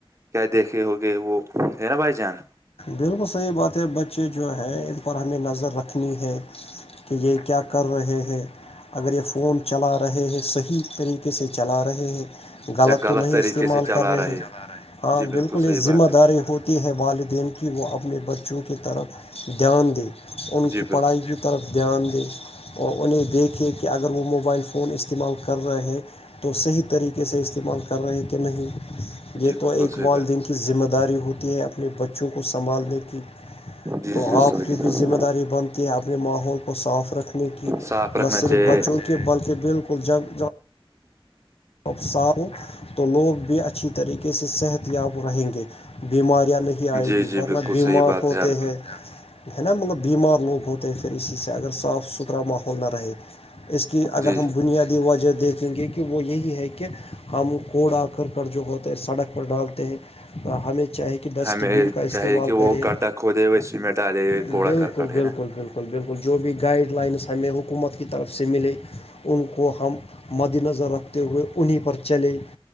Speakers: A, on the right (about 30°); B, on the left (about 85°).
A: کیا دیکھے ہوگے وہ ہے نا بھائی جان
B: بلکل صحیح بات ہے بچے جو ہے ان پر ہمیں نظر رکھنی ہے کہ یہ کیا کر رہے ہیں اگر یہ فون چلا رہے ہیں صحیح طریقے سے چلا رہے ہیں غلط
A: یا
B: تو نہیں
A: طریقے
B: استعمال
A: سے چلا
B: کر رہے ہیں ہاں
A: جی
B: بلکل
A: بالکل صحیح
B: یہ
A: بات
B: ذمہ
A: ہے
B: داری ہوتی ہیں والدین کی کہ وہ اپنے بچوں کی طرف دھیان دے ان
A: جی
B: کی
A: بالکل
B: پڑھائی کی طرف دھیان دے اور انہیں دیکھے کہ اگر وہ موبائل فون استعمال کر رہے ہیں تو صحیح طریقے سے استعمال کر رہے ہیں کہ نہیں یہ
A: جی
B: تو
A: بالکل
B: ایک
A: صحیح
B: والدین
A: بات
B: کی ذمہ داری ہوتی ہے اپنے بچوں کو سنبھالنے کی
A: جی
B: تو
A: جی
B: آپ
A: صحیح
B: کی بھی ذمہ داری بنتی ہے اپنے ماحول کو صاف رکھنے کی
A: صاف رکھنا
B: نہ صرف
A: چاہیے
B: بچوں کے بل کہ بلکل جب جب <unintelligible> تو لوگ بھی اچھی طریقے سے صحت یاب رہیں گے بیماریاں نہیں آئے
A: جی
B: گی
A: جی
B: ورنہ
A: بالکل
B: بیمار
A: صحیح بات
B: ہوتے
A: ہے آپ
B: ہیں
A: کی
B: ہے نا مطلب بیمار لوگ ہوتے پھر اسی سے اگر صاف ستھرا ماحول نہ رہے اس کی اگر
A: جی
B: ہم بنیادی وجہ دیکھیں گے کہ وہ یہی ہے کہ ہم کوڑا کرکڑ جو ہوتے ہیں سڑک پر ڈالتے ہیں ہمیں چاہے کہ ڈسٹ
A: ہمیں
B: بین کا
A: چاہیے
B: استعمال
A: کہ
B: کرے
A: وہ گڈھا کھودے ہوئے اسی میں ڈالے ہوئے
B: بلکل
A: کوڑا
B: بلکل
A: کرکٹ ہے
B: بلکل
A: نا
B: بلکل بلکل جو بھی گائیڈ لائنس ہمیں حکومت کی طرف سے ملی ان کو ہم مدنظر رکھتے ہوئے انہیں پر چلے